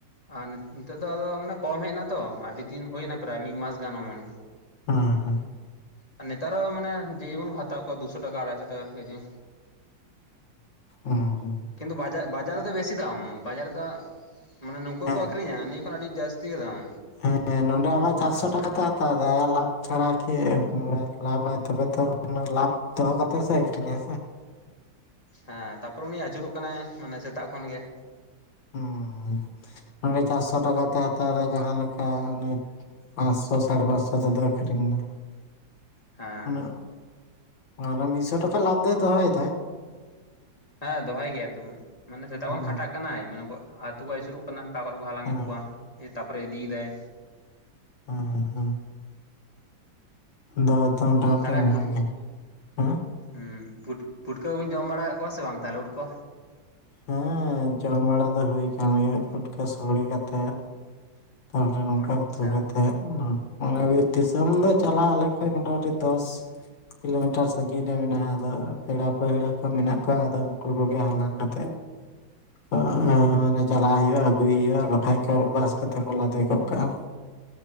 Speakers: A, on the left; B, on the left.
A: ᱟᱨ ᱱᱤᱛᱚᱜ ᱫᱚ ᱟᱫᱚ ᱢᱟᱱᱮ ᱠᱚᱢ ᱦᱮᱡ ᱮᱱᱟ ᱛᱚ ᱟᱰᱤᱫᱤᱱ ᱦᱩᱭ ᱮᱱᱟ ᱯᱨᱟᱭ ᱢᱤᱫ ᱢᱟᱥ ᱜᱟᱱ ᱚᱢᱚᱱ
B: ᱦᱮᱸ ᱦᱮᱸ
A: ᱟᱨ ᱱᱮᱛᱟᱨ ᱦᱚᱸ ᱢᱟᱱᱮ ᱡᱮ ᱡᱮᱢᱚᱱ ᱠᱚ ᱦᱟᱛᱟᱣᱮᱫ ᱠᱚᱣᱟ ᱫᱩᱥᱚ ᱴᱟᱠᱟ ᱟᱲᱟᱭᱥᱚ ᱴᱟᱠᱟ ᱠᱮᱡᱤ
B: ᱚ ᱦᱩ
A: ᱠᱤᱱᱛᱩ ᱵᱟᱡᱟᱨ ᱨᱮᱫᱚ ᱵᱮᱥᱤ ᱫᱟᱢ ᱵᱟᱡᱟᱨ ᱨᱮᱫᱚ ᱢᱟᱱᱮ ᱱᱩᱠᱩ ᱦᱚᱸᱠᱚ
B: ᱦᱮᱸ
A: ᱟᱹᱠᱷᱨᱤᱧᱟ ᱱᱤᱭᱟᱹ ᱛᱚᱠᱷᱚᱱ ᱟᱹᱰᱤ ᱡᱟᱹᱥᱛᱤ ᱜᱮ ᱫᱟᱢ
B: ᱦᱮᱸ ᱱᱚᱰᱮ ᱟᱢᱟᱜ ᱪᱟᱨᱥᱚ ᱴᱟᱠᱟᱛᱮᱭ ᱦᱟᱛᱟᱣ ᱫᱟ ᱟᱭᱟᱜ ᱞᱟᱵᱷ ᱪᱷᱟᱲᱟ ᱠᱤ ᱞᱟᱵᱷᱟᱭ ᱛᱚᱵᱮ ᱛᱚ ᱚᱱᱟ ᱞᱟᱵᱷ ᱛᱚ ᱠᱟᱛᱮ ᱥᱮ ᱟᱠᱨᱤᱭ ᱟᱭ ᱥᱮ
A: ᱦᱮᱸ ᱛᱟᱨᱯᱚᱨ ᱩᱱᱤ ᱟᱹᱪᱩᱨᱚᱜ ᱠᱟᱱᱟᱭ ᱢᱟᱱᱮ ᱥᱮᱛᱟᱜ ᱠᱷᱚᱱ ᱜᱮ
B: ᱦᱮᱸ ᱱᱚᱸᱰᱮ ᱪᱟᱨᱥᱚ ᱴᱟᱠᱟᱛᱮᱭ ᱦᱟᱛᱟᱣ ᱡᱟᱦᱟᱸᱞᱮᱠᱟ ᱩᱱᱤ ᱯᱟᱸᱥᱥᱚ ᱥᱟᱲᱮ ᱯᱟᱸᱥᱥᱚ ᱛᱮᱫᱚ ᱟᱠᱨᱤᱧ ᱢᱮ
A: ᱦᱮᱸ
B: ᱩᱱᱟᱹᱜ ᱢᱟᱱᱮ ᱢᱤᱜᱥᱚ ᱴᱟᱠᱟ ᱞᱟᱵᱷ ᱫᱚᱭ ᱫᱚᱦᱚᱭᱮᱫᱟᱭ
A: ᱦᱮᱸ ᱫᱚᱦᱚᱭ ᱜᱮᱭᱟ ᱛᱚ ᱢᱟᱱᱮ ᱥᱮᱛᱟᱜ
B: ᱦᱩᱸ
A: ᱠᱷᱚᱱ ᱠᱷᱟᱴᱟᱜ ᱠᱟᱱᱟᱭ ᱢᱟᱱᱮ ᱛᱩᱵᱩ ᱟᱹᱪᱩᱨᱚᱜ ᱠᱟᱱᱟ ᱠᱟ ᱠᱨᱮ ᱠᱚ ᱦᱟᱞᱟᱝ
B: ᱦᱮᱸ
A: ᱮᱫ ᱠᱚᱣᱟ ᱛᱟᱯᱚᱨᱮ ᱤᱫᱤᱭᱮᱫᱟᱭ
B: ᱚ ᱦᱩᱸ ᱫᱚ ᱛᱚ ᱴᱟᱢᱴᱟ
A: ᱛᱟᱦᱚᱞᱮ
B: ᱚᱱᱟᱜᱮ
A: ᱯᱩᱴ
B: ᱦᱩᱸ
A: ᱦᱩᱸ ᱯᱩᱴ ᱯᱩᱴᱠᱟᱹ ᱠᱚᱵᱤᱱ ᱡᱚᱢ ᱵᱟᱲᱟ ᱠᱟᱜ ᱠᱚᱣᱟ ᱥᱮ ᱵᱟᱝ ᱛᱟᱞᱮ ᱩᱴ ᱠᱚ?
B: ᱦᱩᱸ ᱡᱚᱢ ᱵᱟᱲᱟ ᱫᱚ ᱦᱩᱭ ᱟᱠᱟᱱ ᱜᱮᱭᱟ ᱯᱷᱩᱴᱠᱟᱹ ᱥᱳᱲᱮ ᱠᱟᱛᱮᱫ ᱛᱟᱯᱚᱨᱮ ᱱᱚᱝᱠᱟ
A: ᱟᱪᱪᱷᱟ
B: ᱩᱛᱩ ᱠᱟᱛᱮᱫ ᱢᱚᱱᱮ ᱵᱤᱨ ᱫᱤᱥᱚᱢ ᱫᱚ ᱪᱟᱞᱟᱜ ᱟᱞᱮ ᱠᱷᱚᱡ ᱢᱚᱴᱟᱢᱩᱴᱤ ᱫᱚᱥ ᱠᱤᱞᱳᱢᱤᱴᱟᱨ ᱥᱟᱺᱜᱤᱧ ᱨᱮ ᱢᱮᱱᱟᱜ-ᱟ ᱟᱫᱚ ᱯᱮᱲᱟ ᱯᱟᱹᱷᱲᱟᱹ ᱠᱚ ᱢᱮᱱᱟᱜ ᱠᱚᱣᱟ ᱟᱫᱚ ᱩᱱᱠᱩ ᱠᱚᱜᱮ ᱦᱟᱞᱟᱝ ᱠᱟᱛᱮ ᱚᱻ ᱢᱟᱱᱮ ᱪᱟᱞᱟᱣ ᱦᱩᱭᱩᱜ-ᱟ ᱟᱹᱜᱩᱭ ᱦᱩᱭᱩᱜ-ᱟ ᱵᱟᱠᱷᱟᱭ ᱠᱚ ᱵᱟᱥ ᱠᱟᱛᱮ ᱠᱚ ᱞᱟᱫᱮ ᱜᱚᱜ ᱠᱟᱜ-ᱟ